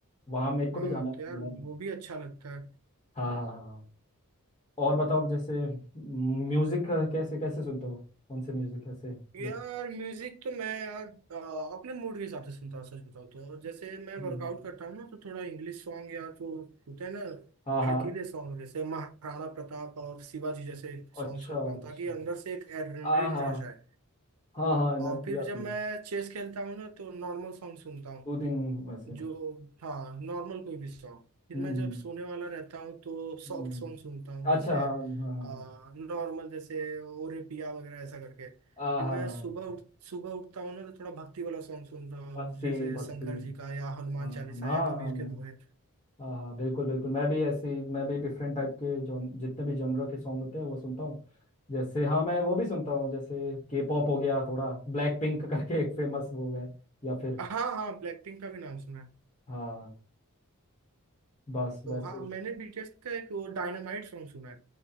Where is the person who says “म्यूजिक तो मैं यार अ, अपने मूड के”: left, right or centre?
Right